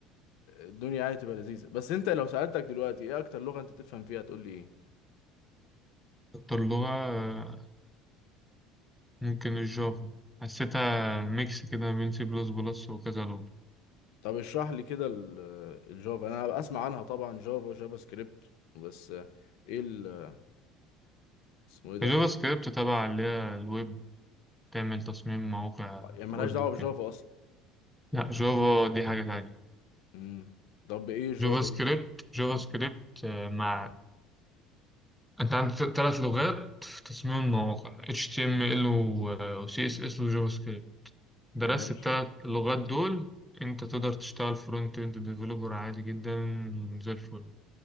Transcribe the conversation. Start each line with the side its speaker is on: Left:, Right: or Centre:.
Left: الدنيا يعني تبقى لذيذة بس انت لو سألتك دلوقتي ايه اكتر لغة انت تفهم فيها هتقول لي ايه
Centre: اكتر لغة آه، ممكن الجافا حسيتها ميكس كده ما بين سي بلس بلس وكذا لغة
Left: طب اشرح لي كده ال- الجافا انا اسمع عنها طبعا جافا جافا سكريبت بس ايه ال اسمه ايه ده
Centre: الجافا
Left: إيه؟
Centre: سكريبت تبع اللي هي الويب تعمل تصميم مواقع
Left: يعني
Centre: ويب
Left: ملهاش دعوة
Centre: وكده
Left: بجافا اصلا
Centre: لا جافا دي حاجة تانية
Left: امم طب ايه الجافا
Centre: جافا سكريبت
Left: دي
Centre: جافا
Left: آه،
Centre: سكريبت آه، مع انت عندك ثلاث لغات في تصميم المواقع HTML و آه، و CSS وجافا سكريبت درست
Left: ماشي
Centre: التلات لغات دول انت تقدر تشتغل فرونت اند ديفلوبر عادي جدا زي الفل